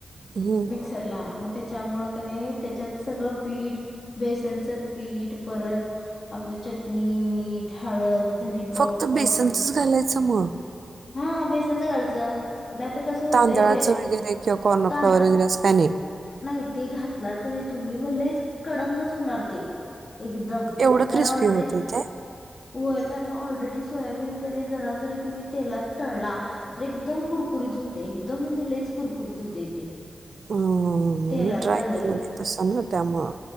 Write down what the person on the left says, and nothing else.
मिक्सर ला मग ते त्याच्यामुळं क नाय त्याच्यात सगळं पीठ बेसनचं पीठ परत आपलं चटणी, मीठ, हळद धने पाव
पावडर
हा हा बेसनचं घालायचं नाहीतर कसं होतंय
बे
तांदा
नाही ते घातलात का नाही तुम्ही मग लय कडंगच होणार ते एकदम
कर
ऑलरेडी
व्हय कारण ऑलरेडी सोयाबीन कणी जरा जरी तुम्ही तेलात तळला तर एकम कुरकुरीत होते एकदम म्हणजे लईच कुरकुरीत होतय ते
तेलात
तळ्ल
की